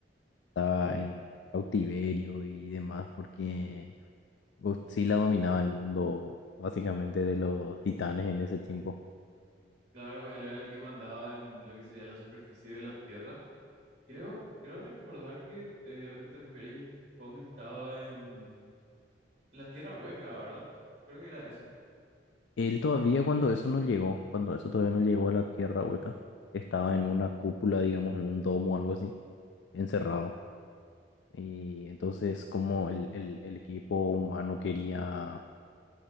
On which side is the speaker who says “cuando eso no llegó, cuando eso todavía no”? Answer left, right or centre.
Left